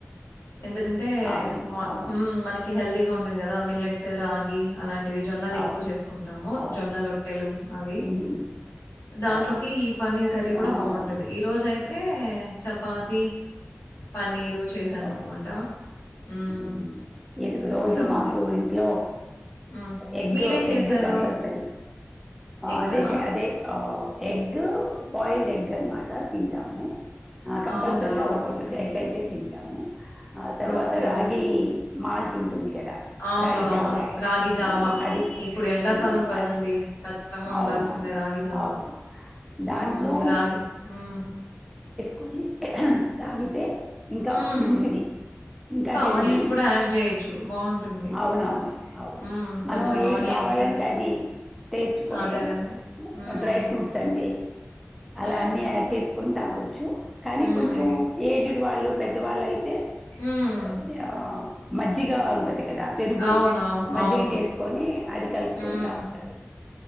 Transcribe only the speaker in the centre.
అవును
అవును
అవును
అవును
ఉహుం,
అవును
ఆ,
ఓకే
ఊహూ ఇది రోజు
మాకు
ఇంట్లో
ఎగ్
ఎగ్ కంపల్సరీ.
అదే అదే ఆ ఎగ్ బయిల్డ్ ఎగ్ అనమాట తింటాము. ఆ కంపల్సరిగా
ఒక్కొక్కటి
ఎగ్ అయితే తింటాము. ఆ తర్వాత
రాగీ మాల్ట్ ఉంటుంది కదా
రాగి జావా
ఉమ్, అది
ఉమ్,
అ-
అవునవును
అవును దాంట్లో
కొని తాగితే ఇంకా
మంచిది ఇంకా హెల్దీ
అవునవును అవును
మనం
ఏది
కావాలంటే అది టేస్ట్ కోసం
డ్రై ఫ్రూట్స్ అంటే అలా
అన్నీ యాడ్ చేసుకొని తాగొ చ్చూ కానీ
కొంచెం ఏ ఇదివాళ్లు పెద్దవాళ్ళయితే
అదా మజ్జిగా ఉంటది కదా పెరుగు
మజ్జిగ
చేసుకొని అది కలుపుకోని
తాగుతారు